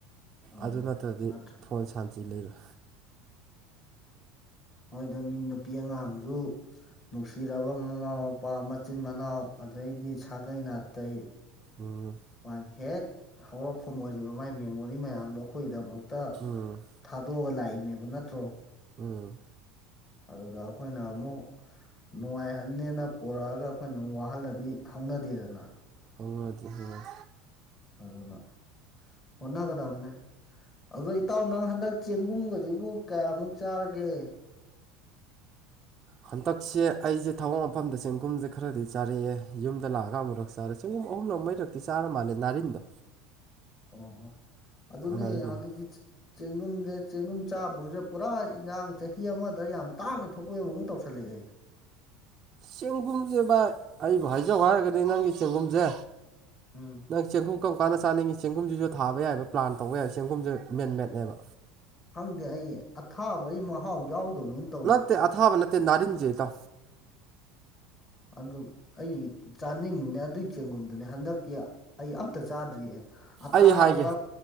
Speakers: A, on the left (about 25°); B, on the right (about 20°).
A: ꯃꯥꯅꯦ
B: ꯑꯗꯨ ꯅꯠꯇ꯭ꯔꯗꯤ
A: ꯅꯠꯇ꯭ꯔ
B: ꯐꯣꯟ ꯁꯥꯟꯇꯤ ꯂꯩꯔꯣꯏ
A: ꯍꯣꯏꯗ ꯃꯤ ꯅꯨꯄꯤ ꯑꯉꯥꯡꯁꯨ ꯅꯨꯡꯁꯤꯔꯕ ꯃꯃꯥ ꯃꯄꯥ ꯃꯆꯤꯟ ꯃꯅꯥꯎ ꯑꯗꯩꯗꯤ ꯁꯥꯒꯩ ꯅꯥꯇꯩ
B: ꯎꯝ
A: ꯃꯥꯒꯤ ꯍꯦꯛ ꯍꯧꯔꯛꯐꯝ ꯑꯣꯏꯔꯤꯕ ꯃꯥꯏ ꯃꯦꯃꯣꯔꯤ ꯃꯌꯥꯝꯗꯣ ꯑꯩꯈꯣꯏꯒꯤꯗꯃꯛꯇ
B: ꯎꯝ
A: ꯊꯥꯗꯣꯛꯑꯒ ꯂꯥꯛꯏꯅꯦꯕ ꯅꯠꯇ꯭ꯔꯣ
B: ꯎꯝ
A: ꯑꯗꯨꯒ ꯑꯩꯈꯣꯏꯅ ꯑꯃꯨꯛ ꯅꯨꯡꯉꯥꯏꯍꯟꯅꯦꯅ ꯄꯨꯔꯛꯑꯒ ꯑꯩꯈꯣꯏꯅ ꯑꯃꯨꯛ ꯋꯥꯍꯜꯂꯗꯤ ꯊꯧꯅꯗꯦꯗꯅ
B: ꯍꯧꯅꯗ‌ꯦ ꯍꯧꯅꯗ‌ꯦ
A: ꯑꯗꯨꯅ ꯍ‌ꯣꯠꯅꯒꯗꯝꯅꯦ ꯑꯗꯣ ꯏꯇꯥꯎ ꯅꯪ ꯍꯟꯗꯛ ꯆꯦꯡꯒꯨꯝꯒꯁꯤꯕꯨ ꯀꯌꯥꯃꯨꯛ ꯆꯥꯔꯒꯦ
B: ꯍꯟꯗꯛꯁꯦ ꯑꯩꯁꯦ ꯊꯕꯛ ꯃꯐꯝꯗ ꯆꯦꯡꯒꯨꯝꯁꯦ ꯈꯔꯗꯤ ꯆꯥꯔꯛꯑꯦ ꯌꯨꯝꯗ ꯂꯥꯛꯑꯒ ꯑꯃꯨꯔꯛ ꯆꯥꯔꯦ ꯁꯦꯡꯒꯨꯝ ꯑꯍꯨꯝꯂꯛ ꯃꯔꯤꯔꯛꯇꯤ ꯆꯥꯔ ꯃꯥꯜꯂꯦ ꯅꯥꯔꯤꯟꯗꯣ
A: ꯑꯣ ꯑꯗꯨ ꯅ‌ꯣꯏ
B: ꯅꯥꯔꯤꯟꯗꯣ
A: ꯍꯧꯖꯤꯛꯇꯤ ꯆꯦꯡꯒꯨꯝꯁꯦ ꯆꯦꯡꯒꯨꯝ ꯆꯥꯕꯒꯁꯦ ꯄꯨꯔꯥ ꯏꯟꯖꯥꯡ ꯆꯍꯤ ꯑꯃꯗ ꯌꯥꯝ ꯇꯥꯡꯅ ꯊꯣꯛꯄꯒꯤ‌ ꯃ‌ꯑꯣꯡ ꯇꯧꯁꯜꯂꯛꯑꯦ
B: ꯆꯦꯡꯒꯨꯝꯁꯦ ꯚꯥꯏ ꯑꯩꯕꯨ ꯍꯥꯏꯖꯧ ꯍꯥꯏꯔꯒꯗꯤ ꯅꯪꯒꯤ ꯆꯦꯡꯒꯨꯝꯁꯦ
A: ꯎꯝ
B: ꯅꯪ ꯆꯦꯡꯒꯨꯝ ꯀꯔꯝ ꯀꯥꯟꯗ ꯆꯥꯅꯤꯡꯉꯤ ꯆꯦꯡꯒꯨꯝꯁꯤꯁꯨ ꯊꯥꯕ ꯌꯥꯏꯑꯕ ꯄ꯭ꯂꯥꯟ ꯇꯧꯕ ꯌꯥꯏ ꯆꯦꯡꯒꯨꯝꯁꯨꯦ ꯃꯦꯟ ꯃꯦꯠꯅꯦꯕ
A: ꯈꯪꯗꯦ ꯑꯩ ꯑꯊꯥꯕꯗ ꯑꯩ ꯃꯍꯥꯎ ꯌꯥꯎꯗꯕꯗ
B: ꯅꯠꯇꯦ ꯑꯊꯕ ꯅꯠꯇꯦ ꯅꯔꯤꯟꯁꯦꯇ
A: ꯑꯗꯨ ꯑꯩ ꯆꯥꯅꯤꯡꯉꯤꯕꯅꯦ ꯑꯗꯨꯒꯤ ꯆꯦꯡꯒꯨꯝꯗꯨꯅꯦ ꯍꯟꯗꯛꯀꯤ ꯑꯩ ꯑꯝꯇ ꯆꯥꯗ꯭ꯔꯤꯑ ꯑꯊꯥꯕ
B: ꯑꯩ ꯍꯥꯏꯒꯦ